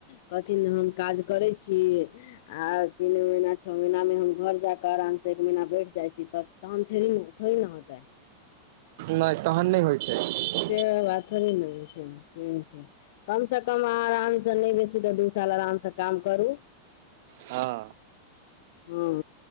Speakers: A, on the left; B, on the right.
A: कहथिन हम काज करै छी आ तीन महीना छो महीना मे हम घर जाक आराम से एक महीना बैठ जाइ छी त तहन थोड़ी न थोड़ी न होतय
B: नैय तहन नहि होइ छै
A: से बात थोडी नहि ओहि छै सेहो छै कम से कम अहाँ आराम से नहि बेसी तऽ दू साल आराम से काम करू
B: हा
A: हां